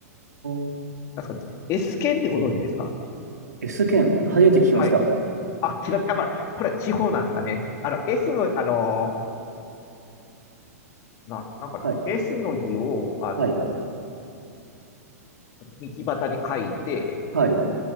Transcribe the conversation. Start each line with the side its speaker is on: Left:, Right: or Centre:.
Right: ー、
Left: 確かに。S 剣ってご存知ですか
Right: S 剣、初めて聞きました。
Left: はい。あ、違う。やっぱり、これは地方なんですかね。あの、S の、あの、な、なんかな。
Right: はい、
Left: S の字を、あの、
Right: はい、
Left: 道端に書いて、
Right: はい、